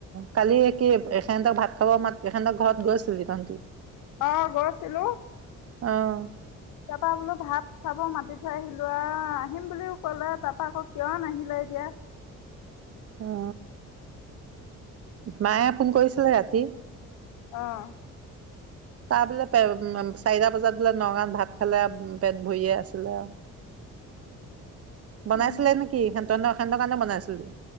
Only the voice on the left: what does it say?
অ গৈছিলো?
তাৰাপা বোলো ভাত চাব মাতি থৈ আহিলো আহ আহিম বুলিও কলে তাৰাপা আকৌ কিয় নাহিলে এতিয়া।
অ'।
উম